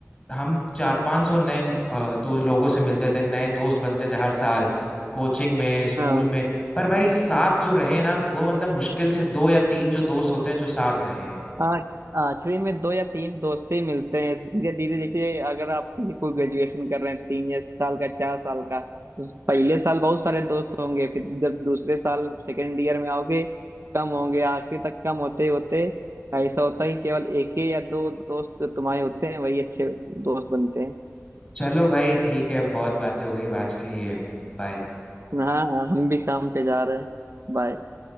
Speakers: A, on the left; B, on the right.
A: हम चार पांच सौ नए अ, दो लोगों से मिलते थे नए दोस्त बनते थे हर साल कोचिंग में स्कूल
B: हाँ।
A: में पर भाई साथ जो रहे ना वो मतलब मुश्किल से दो या तीन जो दोस्त होते हैं जो साथ रहे हैं
B: हाँ आखिरी में दो या तीन दोस्त ही मिलते हैं धीरे धीरे देखिए अगर आप किसी को ग्रेजुएशन कर रहे हैं तीन या साल का चार साल का तो पहले साल बहुत सारे दोस्त होंगे फिर जब दूसरे साल सेकेंड ईयर में आओगे कम होंगे आखिरी तक कम होते होते ऐसा होता है कि केवल एक ही या दो दोस्त जो तुम्हारे होते हैं वही अच्छे दोस्त बनते हैं
A: चलो भाई ठीक है बहुत बातें हो गई अब आज के लिए बाय
B: हाँ हाँ, हम भी काम पे जा रहे हैं बाय